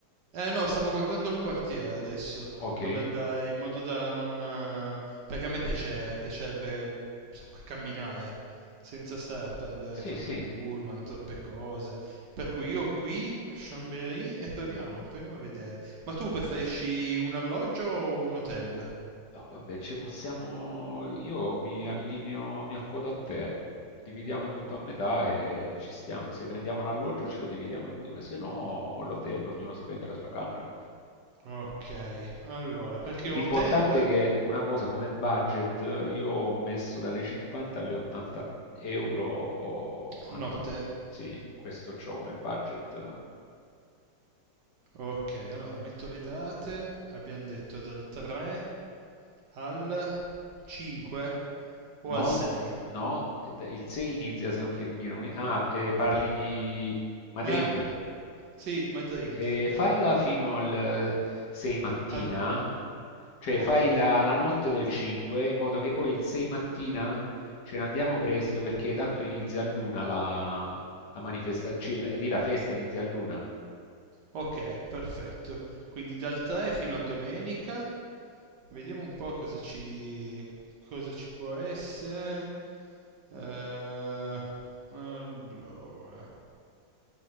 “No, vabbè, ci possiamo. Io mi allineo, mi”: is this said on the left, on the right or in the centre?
Left